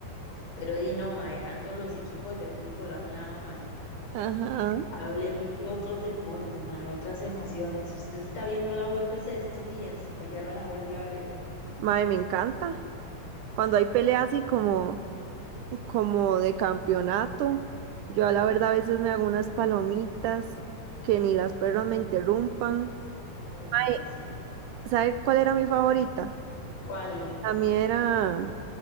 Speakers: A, on the left (about 70°); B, on the right (about 75°).
A: Pero di no, mae, dejando los equipos de fútbol a un lado, mae.
B: Ajá.
A: Hablemos de otros deportes, mae, otras emociones. Si usted está viendo la UFC estos días o ya no la volvió a ver.
B: Mae, me encanta. Cuando hay peleas así como, como de campeonato, yo a la verdad a veces me hago unas palomitas que ni las perras me interrumpan.
A: Uy, mae,
B: Mae,
A: sí.
B: ¿sabe cuál era mi favorita?
A: ¿Cuál?
B: A mí era